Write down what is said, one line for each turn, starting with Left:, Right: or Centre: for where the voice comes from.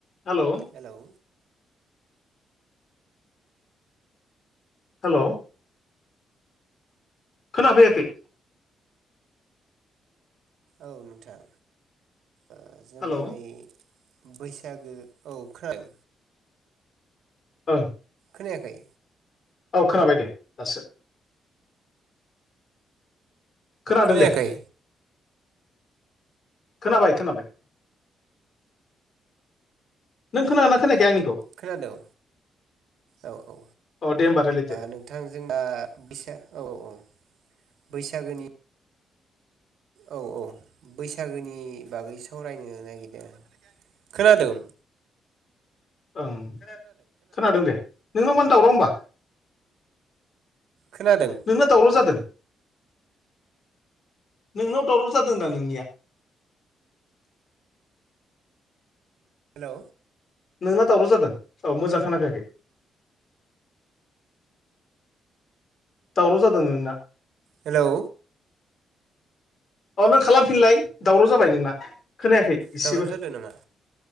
Left: Hello
Right: hello
Left: hello खोनाफैयाखै
Right: औ नोंथां ओ जों
Left: हेलौ
Right: दा नै बैसागो औ खोना
Left: ओं
Right: खोनायाखै
Left: औ खोनाबाय दे दासो खोनादों
Right: खोनायाखै
Left: दे खोनाबाय खोनाबाय नों खोनादोना खोनायाखै आंनिखौ
Right: खोनादों औ औ ओ
Left: अ दे होमबा रायलायदो
Right: नोंथ नोंथां जोंना बिसा औ औ औ बैसागुनि औ औ बैसागोनि बागै सावरायनो नागिरदों खोनादों
Left: ओं खोनादों दे नोंनाव मानो दावराव होमबा
Right: खोनादों
Left: नोंनाव दावराव जादों नोंनाव दावराव जादों दा नोंनिया
Right: हेल'
Left: नोंना दावराव जादों औ मोजां खोनाफैयाखै दावराव जादों नोंना
Right: हेलौ
Left: अ नों खालामफिनलाय दावराव जाबाय नोंना खोनायाखै एसेबो।
Right: दावराव जादों नामा